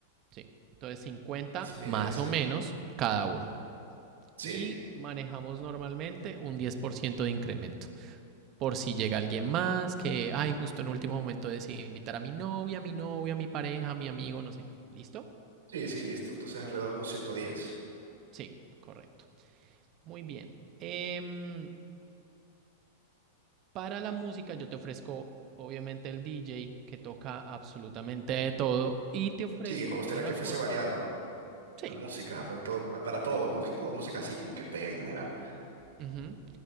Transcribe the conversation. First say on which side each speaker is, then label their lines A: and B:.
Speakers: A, on the right; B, on the right.
A: Sí. Entonces, 50
B: Esa es mi
A: más
B: idea, sí.
A: o menos cada uno.
B: Sí.
A: Y manejamos normalmente un 10% de incremento. Por si llega alguien más que, ay, justo en último momento decidí invitar a mi novia, a mi novio, a mi pareja, a mi amigo, no sé qué. ¿Listo?
B: Sí, sí, listo. Entonces alrededor de unos 110.
A: Sí, correcto. Muy bien. Em, Para la música yo te ofrezco obviamente el DJ que toca absolutamente de todo y te ofrezco
B: Sí, me gustaría
A: una
B: que fuese
A: cosa.
B: variado
A: Sí.
B: la música para, to- para todos, más que todo música así como que pega en general.
A: ujú.